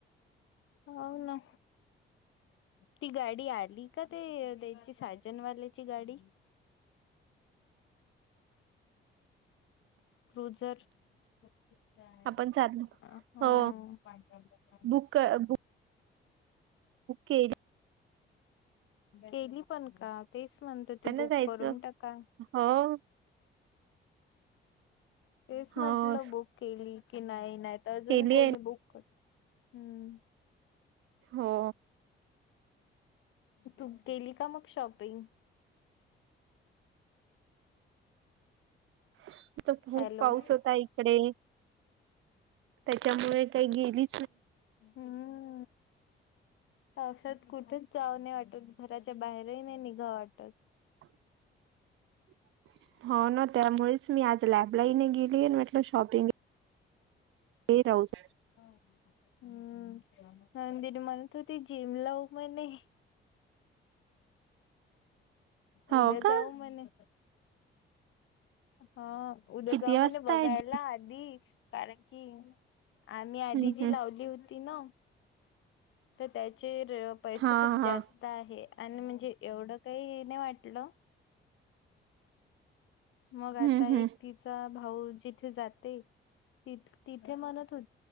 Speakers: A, on the left; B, on the right.
A: हो ना, ती गाडी आली का ते द्यायची साजन वा ल्याची गाडी
B: <inaudible>
A: क्रूझर <unintelligible>
B: आपण चाललो
A: हमम.
B: हो बुक
A: <unintelligible> <inaudible>
B: बुक केली
A: केली पण का? तेच म्हणतो ती
B: ना
A: बुक
B: जायचं
A: करून टाका.
B: हो
A: तेच
B: हो
A: म्हटलं बुक केली की नाही-नाही तर अजून
B: केली
A: कोणी
B: आहे
A: बुक करू हम्म.
B: हो.
A: तू केेली का मग शॉपिंग.
B: आता खूप
A: हॅलो
B: पाऊस होता इकडे, त्याच्यामुळे काही गेली.
A: हम्म
B: <inaudible>
A: पावसात कुठच जाऊ नाही वाटत, घराच्या बाहेरही नाही निघाव वाटत.
B: <inaudible> हो ना त्यामुळेच मी आज लॅबला ही नाय गेली म्हटलं शॉपिंग <unintelligible>
A: हम्म नंदीनी म्हणत होती, जिम लाव म्हणे.
B: हो
A: उद्या
B: का
A: जाऊ म्हणे. हा उद्या
B: किती
A: जाऊ
B: वाजता
A: म्हणे बघायला
B: आहे जिम?
A: आधी, कारण की आम्ही आधी
B: हम्म
A: जी
B: हम्म
A: लावली होती ना तर त्याचे पैसे
B: हा
A: खूप जास्त
B: हा
A: आहे. आणि म्हणजे एवढं काही नाही वाटलं. मग आता
B: हम्म हम्म
A: एक तिचा भाऊ -- जिथे जाते ति तिथे म्हणत हो